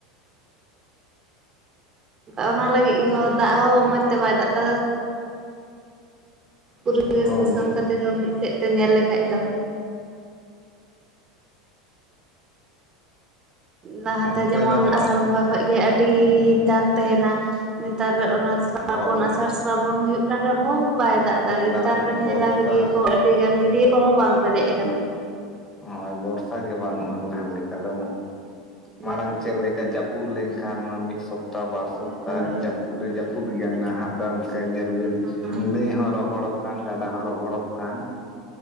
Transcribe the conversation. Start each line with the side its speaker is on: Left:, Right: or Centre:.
Right: ᱚᱱᱟ ᱞᱟᱹᱜᱤᱫ ᱦᱚᱸ ᱫᱟᱜ ᱦᱚᱸ ᱢᱚᱡᱽ ᱛᱮ ᱵᱟᱭ ᱫᱟᱜ ᱫᱟ᱾ ᱯᱚᱨᱤᱵᱮᱥ
Left: ᱦᱳᱭ
Right: ᱫᱩᱥᱚᱱ ᱠᱷᱟᱛᱤᱨ ᱦᱚ ᱢᱤᱫ ᱥᱮᱫ ᱛᱮ ᱧᱮᱞ ᱞᱮᱠᱷᱟᱱ ᱫᱚ᱾ ᱞᱟᱦᱟᱛᱮ
Left: ᱮᱱᱛᱮ
Right: ᱡᱮᱢᱚᱱ
Left: ᱨᱮᱦᱚᱸ
Right: ᱟᱥᱟᱲ ᱵᱚᱸᱜᱟ ᱠᱷᱚᱱ ᱜᱮ ᱟᱹᱰᱤ ᱫᱟᱜᱽ ᱛᱟᱦᱮᱱᱟ᱾ ᱱᱮᱛᱟᱨ ᱚᱱᱟ ᱥᱨᱟᱵᱚᱱ
Left: ᱦᱳᱭ
Right: ᱟᱥᱟᱲ ᱥᱨᱟᱵᱚᱱ ᱦᱩᱭᱩᱜ ᱠᱟᱱ ᱨᱮᱦᱚᱸ ᱵᱟᱭ ᱫᱟᱜ
Left: ᱱᱮᱛᱟᱨ
Right: ᱫᱟᱭ᱾ ᱛᱟᱨ ᱵᱮᱱ
Left: ᱵᱚᱨᱥᱟ
Right: ᱧᱮᱞᱟ ᱜᱟᱹᱰᱭᱟᱹ ᱠᱚ ᱟᱹᱰᱤ ᱜᱟᱱ ᱜᱟᱹᱰᱭᱟᱹ ᱠᱚᱦᱚᱸ ᱵᱟᱝ ᱯᱮᱨᱮᱡ ᱟᱠᱟᱱᱟ᱾
Left: ᱦᱳᱭ ᱵᱚᱨᱥᱟ ᱜᱮ ᱵᱟᱹᱱᱩᱜ ᱟᱱ ᱞᱟᱦᱟ ᱞᱮᱠᱟ ᱫᱚ ᱢᱟᱲᱟᱝ
Right: ᱵᱟᱝ
Left: ᱪᱮᱫ ᱞᱮᱠᱟ ᱡᱟᱯ ᱯᱩᱜ ᱞᱮᱱᱠᱷᱟᱱ ᱱᱚᱣᱟ ᱢᱤᱫ ᱥᱚᱯ ᱛᱟ ᱵᱟᱨ
Right: ᱦᱳᱭ
Left: ᱥᱚᱯᱛᱟᱭ
Right: ᱦᱳᱭ
Left: ᱡᱟᱹᱯᱩᱫ ᱫᱚ ᱡᱟᱹᱯᱩᱫ ᱜᱮᱭᱟ ᱱᱟᱜ ᱱᱟᱦᱟᱜ ᱫᱚ ᱱᱚᱝᱠᱟ ᱧᱮᱞ ᱵᱤᱱ
Right: ᱦᱮᱸ
Left: ᱱᱟᱹᱭ ᱦᱚᱸ ᱨᱚᱦᱚᱲᱚᱜ ᱠᱟᱱ ᱜᱟᱰᱟ ᱦᱚᱸ ᱨᱚᱦᱚᱲᱚᱜ ᱠᱟᱱ᱾